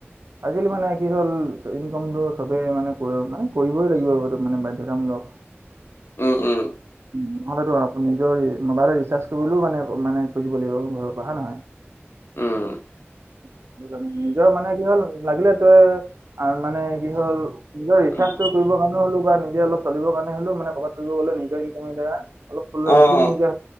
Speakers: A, on the right; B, on the left.
A: আজিকালি মানে কি হ'ল ইনকমটো চবেই মানে মানে কৰিবই লাগিব মানে বাধ্যতামূলক।
B: উমঁ, উমঁ।
A: নহ'লেতো আপুনি নিজৰ মোবাইল ৰিচাৰ্জ কৰিবলেও মানে মানে খুজিব লাগিব ঘৰৰ পৰা হয় নহয়।
B: উম
A: সেইকাৰণে নিজৰ মানে কি হ'ল লাগিলে তোৰ- আৰু মানে কি হ'ল নিজৰ ৰিচাৰ্জটো
B: উম
A: কৰিবৰ কাৰণেও হ'লো বা নিজে অলপ চলিবৰ কাৰণে হ'লেও মানে- ক'ৰবাত ফুব গ'লেও নিজৰ ইনকম ধৰা অলপ থূল-মূলকে
B: অ অ